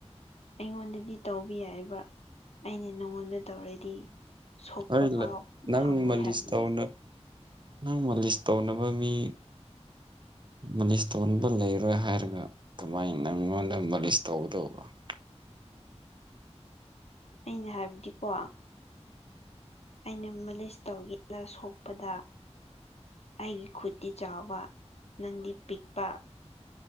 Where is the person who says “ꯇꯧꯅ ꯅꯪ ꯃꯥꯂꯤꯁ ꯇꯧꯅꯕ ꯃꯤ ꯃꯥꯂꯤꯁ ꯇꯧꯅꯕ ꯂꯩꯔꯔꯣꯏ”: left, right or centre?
Right